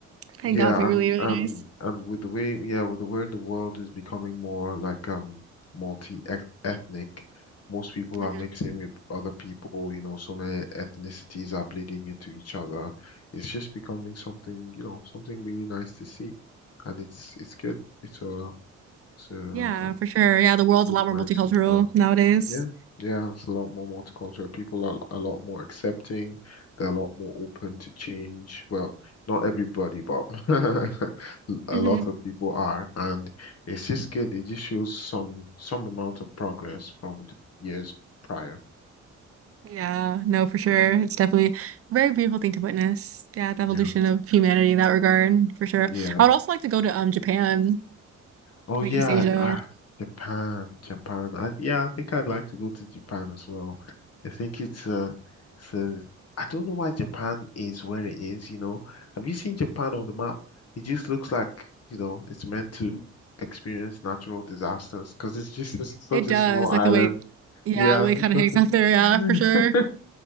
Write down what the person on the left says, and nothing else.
yeah,
and
and and with the way, yeah, with the way the world is becoming more like um multi-ethnic, most people
are mixing with other people. You know, so many ethnicities are bleeding into each other. It's just becoming something, you know, something really nice to see, and it's it's good. It's a it's a, a
good
vibe
so far.
Yeah, yeah, it's a lot more multicultural. People are a lot more accepting. They're a lot more open to change. Well, not everybody, but <laughs> a
lot of people are, and it's just good. It just shows some some amount of progress from the years prior.
Yeah,
yeah.
Oh
yeah,
ah, Japan, Japan. I, yeah, I think I'd like to go to Japan as well. I think it's uh, it's uh, I don't know why Japan is where it is, you know. Have you seen Japan on the map? It just looks like, you know, it's meant to experience natural disasters because it's just s- such
a small
island.
Yeah,
it's
just
such
a,
<laughs>